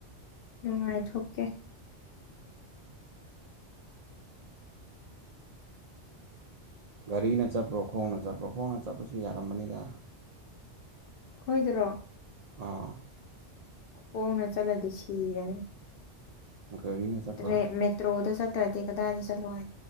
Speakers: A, on the left (about 60°); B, on the right (about 80°).
A: ꯎꯝꯥꯏ ꯊꯀꯦ
B: ꯒꯥꯔꯤꯅ ꯆꯠꯄ꯭ꯔꯣ ꯈꯣꯡꯅ ꯆꯠꯄ꯭ꯔꯣ ꯈꯣꯡꯅ ꯆꯠꯄꯁꯨ ꯌꯥꯔꯝꯕꯅꯤꯗ
A: ꯈꯣꯏꯗ꯭ꯔꯣ
B: ꯑꯣ
A: ꯐꯅ ꯆꯂꯗꯤ ꯁꯤꯒꯅꯦ
B: ꯒꯥꯔꯤꯅ ꯆꯠꯄ꯭ꯔꯣ
A: ꯇꯦ ꯃꯦꯠꯇ꯭ꯔꯣꯗ ꯁꯠꯇ꯭ꯔꯗꯤ ꯀꯗꯥꯏꯗ ꯆꯂ